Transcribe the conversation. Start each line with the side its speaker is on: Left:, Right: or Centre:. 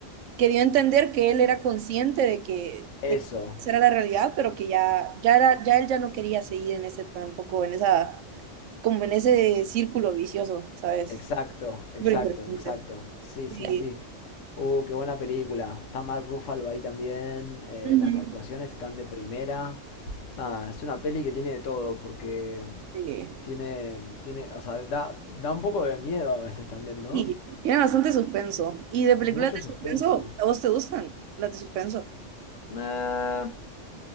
Right: que dio a entender que él era consciente de que,
Left: eso.
Right: de que esa era la realidad, pero que ya, ya, era, ya él ya no quería seguir en ese tampoco, en esa, como en ese círculo vicioso, ¿sabes?
Left: Exacto, exacto,
Right: Súper interesante.
Left: exacto. Sí, sí,
Right: Sí.
Left: sí. Uh, qué buena película. Está Mark Ruffalo ahí también. eh,
Right: Ujú.
Left: las actuaciones están de primera. Nada, es una peli que tiene de todo, porque
Right: Sí.
Left: tiene, tiene, o sea, da, da un poco de miedo a veces también, ¿no?
Right: Y tiene bastante suspenso. ¿Y de películas
Left: Mucho
Right: de
Left: suspenso.
Right: suspenso, a vos te gustan las de suspenso?
Left: Nah,